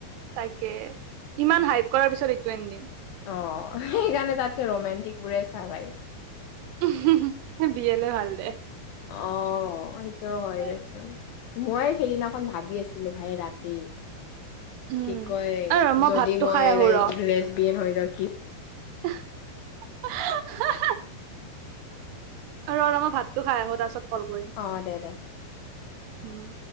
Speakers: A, on the right; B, on the left.
A: তাকে ইমান হাইপ কৰাৰ পিছত এইটো আনিদিম
B: অ সেইকাৰণে তাতকে ৰোমেণ্টিক বোৰে চাহ ভাই
A: <unintelligible> ভাল দে
B: অ সেইটো হয়ে
A: উম,
B: আছে মইয়ে সেইদিনাখন ভাবি আছো ছিলো ভাই ৰাতি
A: উম।
B: কি কয়
A: আৰু মই
B: যদি
A: ভাতটো
B: মই
A: খাই আহো
B: লাইক
A: ৰ।
B: লেচ বিন হৈ যাওক
A: হয় আৰু ৰবা মই ভাতটো খাই আহো তাৰ পাছত কল কৰিম
B: অ', দে দে।
A: উম